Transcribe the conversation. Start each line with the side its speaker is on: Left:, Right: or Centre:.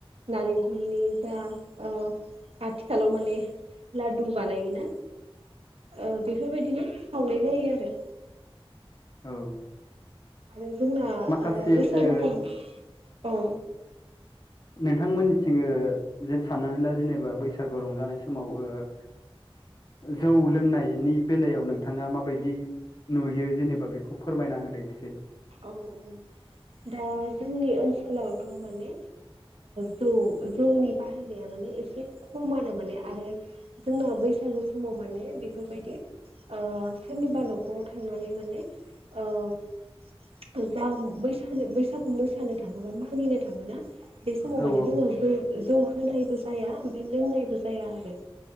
Right: नारेंखलनि जा अ आथिखालाव माने लाडु बानायोना। औ बेफोरबायदिनो सावनाय जायो आरो।
Left: औ
Right: आरो जोंना
Left: माखासे
Right: बैसागुखौ
Left: ओ
Right: औ
Left: नोंथांमोननिथिङो जेन साननानै ला जेनेबा बैसागु रंजानाय समाव औ जौ लोंनायनि बेलायाव नोंथाङा माबायदि नुयो जेनेबा बेखौ फोरमायना होदो एसे।
Right: औ औ दा जोंनि ओनसोलावथ' माने जौ जौनि बाहेरा माने एसे खम आरो माने आरो जों बैसागु समाव माने बेफोरबायदि सोरनिबा न'खराव थांनानै माने <unintelligible> जा बैसागो बैसागु मोसानो थाङो बा मागिनो थाङोना बे समाव
Left: औ
Right: माने जोङो जौ ओ जौ होनायबो जाया ओमफ्राय लोंनायबो जाया आरो।